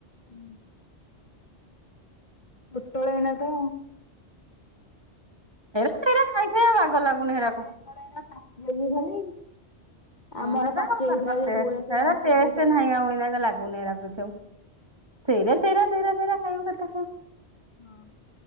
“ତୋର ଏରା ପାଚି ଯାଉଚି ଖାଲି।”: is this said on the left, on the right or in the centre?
Left